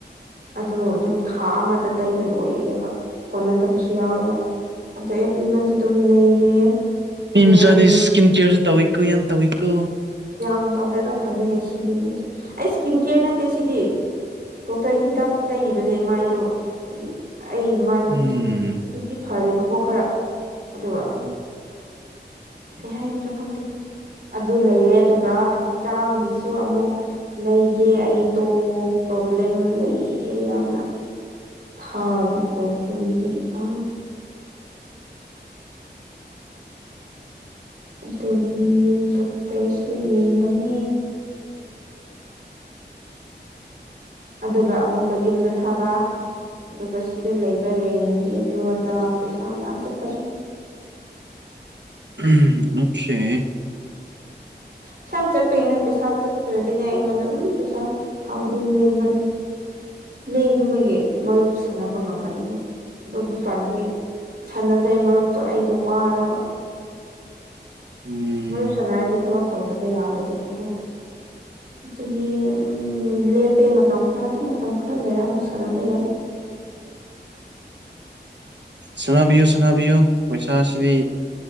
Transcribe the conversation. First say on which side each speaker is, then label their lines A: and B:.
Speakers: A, on the right; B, on the right.
A: ꯑꯗꯣ ꯑꯗꯨꯝ ꯊꯥ ꯑꯃꯗ ꯇꯩꯕ ꯂꯣꯏꯑꯦꯕ ꯀꯣꯟꯅꯗꯕꯁꯨ ꯌꯥꯎꯋꯦꯕ ꯑꯗꯣ ꯑꯦꯕ꯭ꯔꯤ ꯃꯟꯁ ꯑꯗꯨꯝ ꯂꯩꯌꯦ
B: ꯅꯨꯄꯤ
A: ꯑꯗꯨꯒ
B: ꯃꯆꯥꯗꯤ
A: ꯌꯨꯝ
B: ꯏꯁꯀꯤꯟ ꯀꯦꯌꯔꯁꯨ ꯇꯧꯋꯤꯀꯣ ꯌꯥꯝ ꯇꯧꯋꯤꯀꯣ
A: ꯌꯥꯝ ꯇꯧꯗꯦꯗ ꯐꯅꯤꯉꯥꯏ ꯁꯤꯜꯂꯤꯅꯤꯁꯦ ꯑꯩ ꯏꯁꯀꯤꯟ ꯀꯦꯌꯔ ꯅꯠꯇꯦ ꯁꯤꯗꯤ ꯗꯣꯛꯇꯔꯒꯤ ꯍꯤꯗꯥꯛꯇꯨ ꯇꯩꯔꯤꯕꯅꯦ ꯃꯥꯏꯗꯣ ꯍꯥꯏꯗꯤ ꯑꯩ ꯃꯥꯏꯗꯣ
B: ꯎꯝ
A: ꯍꯧꯖꯤꯛ ꯍꯧꯖꯤꯛꯇꯤ ꯐꯔꯦꯕꯀꯣ ꯈꯔ ꯑꯗꯨꯒ
B: ꯎꯝ
A: ꯀꯩ ꯍꯥꯏꯒꯗ꯭ꯔꯥ ꯈꯪꯗꯦ ꯑꯗꯨ ꯂꯩꯔꯦ ꯑꯗꯨꯒ ꯍꯛꯆꯥꯡꯒꯤꯁꯨ ꯑꯃꯨꯛ ꯂꯩꯒꯦ ꯑꯩꯗꯣ ꯄ꯭ꯔꯣꯕ꯭ꯂꯦꯝ ꯂꯩ ꯌꯥꯝꯅ ꯊꯥꯒꯤ ꯄ꯭ꯔꯣꯕ꯭ꯂꯦꯝ ꯂꯩꯕ ꯑꯗꯨꯒꯤ ꯗꯣꯛꯇꯔꯁꯨ ꯌꯦꯡꯕꯅꯦ ꯑꯗꯨꯒ ꯑꯃꯨꯛꯀ ꯌꯨꯝꯗ ꯊꯥꯕ ꯑꯗꯨꯒ ꯁꯤꯗ ꯂꯩꯕ ꯔꯦꯟꯒꯤ ꯑꯗꯨ ꯑꯗꯥ ꯄꯩꯁꯥ ꯌꯥꯝ ꯆꯠꯄꯅꯦ
B: ꯑꯣꯈꯦ <inaudible>
A: ꯄꯩꯁꯥ ꯌꯥꯝ ꯆꯠꯄꯒꯤꯅꯦ ꯄꯩꯁꯥ ꯆꯠꯇ꯭ꯔꯗꯤꯅꯦ ꯑꯩꯉꯣꯟꯗ ꯑꯗꯨꯝ ꯄꯩꯁꯥ ꯊꯥ ꯈꯨꯗꯤꯡ ꯂꯦꯝꯕꯅꯦ ꯂꯦꯝꯕꯒꯤ ꯃꯔꯨꯞ ꯁꯥꯟꯅꯕ ꯉꯝꯕꯅꯤꯅꯩ ꯑꯗꯣ ꯍꯧꯖꯤꯀꯥꯟꯗꯤ ꯁꯥꯟꯅꯗ꯭ꯔꯦ ꯃꯔꯨꯞꯇꯣ ꯑꯩꯗꯣ ꯋꯥꯔꯕ
B: ꯎꯝ
A: ꯃꯔꯨꯞ ꯁꯥꯟꯅꯔꯗꯤ ꯊꯕꯛ ꯇꯧꯗꯕ ꯌꯥꯔꯣꯏꯗꯕꯀꯣ ꯑꯗꯨꯒꯤ ꯎꯝ ꯂꯦꯞꯄꯦ ꯃꯇꯝ ꯈꯔ ꯑꯗꯨꯝ ꯃꯇꯝ ꯈꯔ ꯂꯩꯔ ꯑꯃꯨꯛ ꯁꯥꯟꯅꯕ ꯌꯥꯏ
B: ꯁꯥꯟꯅꯥꯕꯤꯌꯨ ꯁꯥꯟꯅꯥꯕꯤꯌꯨ ꯄꯩꯁꯥꯁꯤꯗꯤ